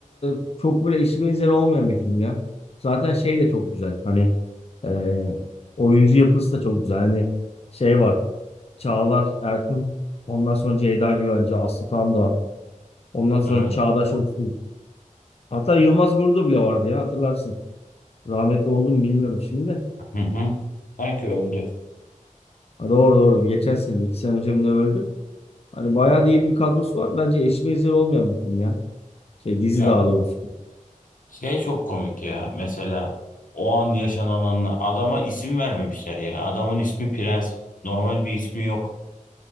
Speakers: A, on the left; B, on the left.
A: e, çok böyle eşi benzeri olmayan bir film ya. Zaten şey de çok güzel. Hani e, oyuncu yapısı da çok güzel. Hani şey var. Çağlar Ertuğrul. Ondan sonra Ceyda Güvenci, Aslı Tamdağ. Ondan sonra
B: Evet.
A: Çağdaş Öztürk. Hatta Yılmaz Guru'da bile vardı ya hatırlarsın. Rahmetli oldu mu bilmiyorum şimdi de.
B: Hı hı. Sanki öldü.
A: Ha, doğru doğru. Geçen sene, iki sene önce mi ne öldü? Hani bayağı da iyi bir kadrosu var. Bence eşi benzeri olmayan bir film ya. Şey dizi
B: Ya
A: daha doğrusu.
B: Şey çok komik ya. Mesela o an yaşananın adama isim vermemişler ya. Adamın ismi Prens. Normal bir ismi yok.